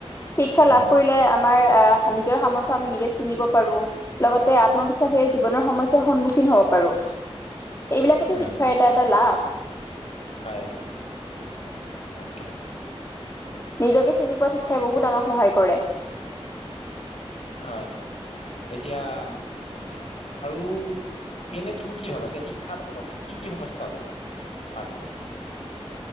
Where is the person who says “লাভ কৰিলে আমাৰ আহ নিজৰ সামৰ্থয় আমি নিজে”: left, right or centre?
Left